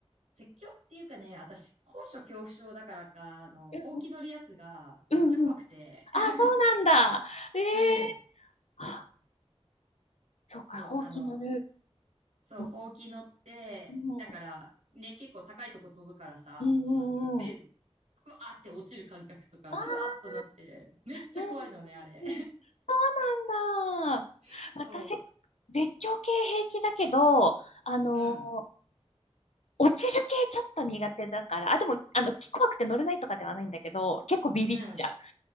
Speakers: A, on the right; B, on the left.
A: 絶叫っていうかね、私、高所恐怖症だからか、あの、
B: うん
A: ほうき乗るやつがめっちゃ怖くて。
B: うんうんうん。あ、
A: <laughs>
B: そうなんだ。ええ
A: うん。
B: あ、そうか、
A: そう、
B: ほうき乗る。
A: あの、そう、
B: うん、
A: ほうき乗って、
B: うん、
A: だから、ね、結構高いとこ飛ぶからさ、
B: うん
A: あの、で、
B: うんうん。
A: ふわーって落ちる感覚とか、
B: ああ、
A: ふわーっとなって、めっちゃ怖いのね、
B: うんうんうん。
A: あれ。
B: そうなんだ。
A: <laughs> そう。
B: 私、絶叫系平気だけど、あのー
A: うん。
B: 落ちる系ちょっと苦手だから、あ、でも、あの、怖くて乗れないとかではないんだけど、結構ビビっちゃう。
A: うん。